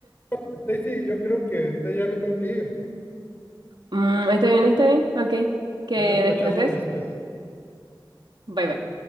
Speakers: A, on the left (about 25°); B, on the right (about 65°).
A: Stacy, yo creo que ahorita ya me tengo que ir.
B: Mm, está bien, está bien. Ok. Que
A: Ahí nos guachamos
B: descanses.
A: después.
B: Bye bye.